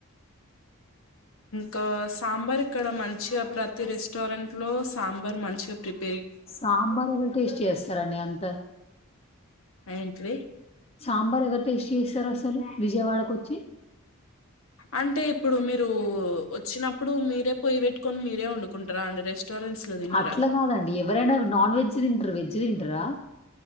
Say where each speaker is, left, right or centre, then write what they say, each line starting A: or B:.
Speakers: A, on the left; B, on the left.
A: ఖా సాంబార్ ఇక్కడ మంచిగా ప్రతి రెస్టారెంట్ లో సాంబార్ మంచిగా ప్రిప్
B: సాంబార్ద టేస్ట్ చేస్తారండి అంతా
A: ఏంటీది
B: సాంబార్ ఎవరు టేస్ట్ చేస్తారు అసలు విజయవాడకు వచ్చి
A: అంటే ఇప్పుడు మీరు వచ్చినప్పుడు మీరే పొయ్య పెట్టుకొని మీరే వండుకుంటారా అండి రెస్టారెంట్స్లో తన్నారా
B: అట్లా కాదండి ఎవరైనా నాన్ వెజ్ తింటారు వెజ్ తింటారా